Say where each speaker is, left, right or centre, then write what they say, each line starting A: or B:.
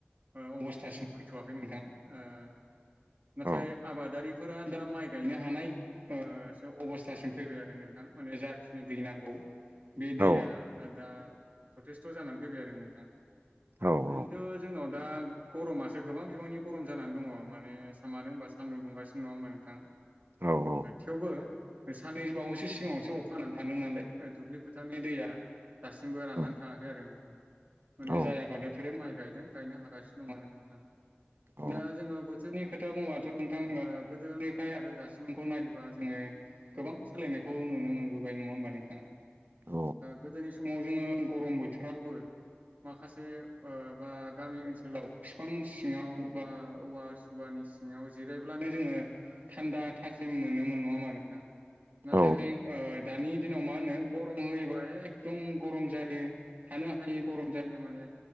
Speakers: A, on the right; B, on the right.
A: अबस्थासिम फैथ'वाखै नोंथां ओ नाथाय
B: औ
A: आबादारि फोरा दा माइ गायनो हानाय ओ अबस्थासिम फैबाय आरो नोंथां माने जाखिनि दै नांगौ बे
B: औ
A: दैया दा जथेस्थ' जानानै फैबाय आरो नोंथां
B: औ
A: ओरैनोथ' जोंनाव दा गरमासो गोबां बिबांनि गरम जानानै दङ' माने मानो होनोबा सान्दुं दुंगासिनो नङा होमबा नोंथां
B: औ औ
A: थेवबो। साननै बावैसो सिगाङावसो अखा हानानै थाङ नालाय दुब्लि फोथारनि दैया दासिमबो राननानै
B: औ
A: थाङाखै आरो नोंथां माने
B: औ
A: जाय आबाद बेफोर माइ गायदों गायनो हागासिनो दं आरो नोंथां
B: औ
A: दा जोङो बोथोरनि खोथा बुोबाथ' नोंथां गोदोनिफ्राय आरो दासिमखौ नायोबा जोङो गोबां सोलायनायखौ नुनो मोनबोबाय नंङा होमबा नोंथां
B: औ
A: गोदोनि सम <inaudible> गरम बोथोरावबो माखासे बा गामि ओनसोलाव बिफां सिङाव बा औवा सुबानि सिङाव जिरायब्लानो जोङो थान्दा थाजिम मोनोमोन नङामा नोंथां नाथाय
B: औ
A: दानि दिनाव मा होनो गरम होयोबा एकदम गरम जायो थानो हायै गरम जायो माने